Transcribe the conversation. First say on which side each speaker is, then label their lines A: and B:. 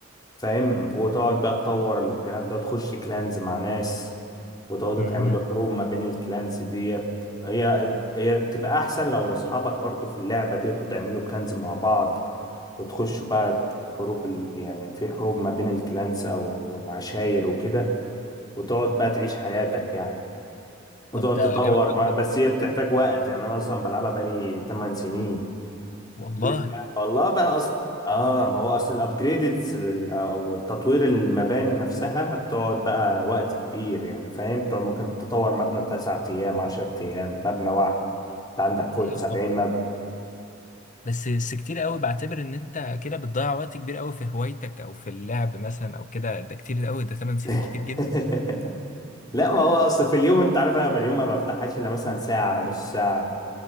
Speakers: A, on the left; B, on the left.
A: فاهم وتقعد بقى تطور الكلام ده وتخش كلانز مع ناس وتقعدوا
B: امم
A: تعملوا حروب ما بين الكلانز ديت هي هي تبقى احسن لو اصحابك برضو في اللعبة ديت وتعملوا كلانز مع بعض وتخشوا بقى حروب ال... يعني في حروب ما بين الكلانز او العشاير وكده وتقعد بقى تعيش حياتك يعني وتقعد
B: طب ده
A: تطور
B: جامد
A: بقى
B: أوي
A: بس هي بتحتاج وقت يعني انا اصلا بلعبها بقالي 8 سنين
B: والله
A: ليه؟ والله بقى اصلا اه ما هو اصل الابجريدز او التطوير المباني نفسها بتقعد بقى وقت كبير يعني فاهم بتقعد ممكن تطور مبنى 9 ايام 10 ايام مبنى واحد انت عندك فوق
B: يا
A: 70
B: خبر
A: مبنى
B: بس بس كتير قوي بعتبر ان انت كده بتضيع وقت كبير قوي في هوايتك او في اللعب مثلا او كده ده كتير قوي ده 8 سنين
A: <laughs>
B: كتير جدا
A: لا ما هو اصل في اليوم انت عارف انا في اليوم ما بفتحهاش الا مثلا ساعة نص ساعة